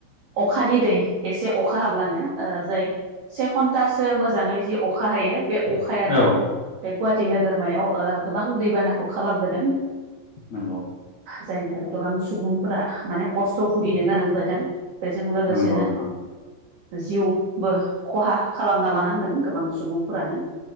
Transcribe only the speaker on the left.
औ
नंगौ
नंगौ नोंथां